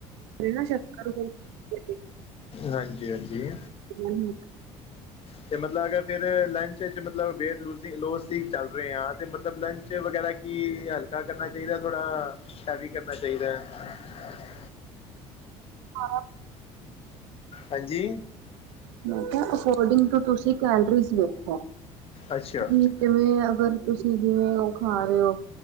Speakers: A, on the right; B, on the left.
A: ਦੇਸੀ ਸ਼ੱਕਰ ਹੋ ਗਈ
B: ਹਾਂਜੀ ਹਾਂਜੀ
A: ਹਮ ਹਮ
B: ਅਤੇ ਮਤਲਬ ਅਗਰ ਫਿਰ ਲੰਚ 'ਚ ਮਤਲਬ ਵੇਟ ਲੂ ਲੋਸ ਦੀ ਚੱਲ ਰਹੇ ਹਾਂ ਅਤੇ ਮਤਲਬ ਲੰਚ ਵਗੈਰਾ। ਕੀ ਗੱਲ ਪੱਕਾ ਕਰਨਾ ਚਾਹੀਦਾ ਥੋੜਾ ਹੈਵੀ ਕਰਨਾ ਚਾਹੀਦਾ ਹੈ।
A: ਹਾਂ
B: ਹਾਂਜੀ
A: ਨਹੀਂ ਤਾਂ ਅਕੋਰਡਿੰਗ ਟੂ ਤੁਸੀਂ ਕੈਲਰੀਜ਼ ਵੇਖੋ।
B: ਅੱਛਾ
A: ਜਿਵੇਂ ਅਗਰ ਤੁਸੀਂ ਜਿਵੇਂ ਉਹ ਖਾ ਰਹੇ ਹੋ।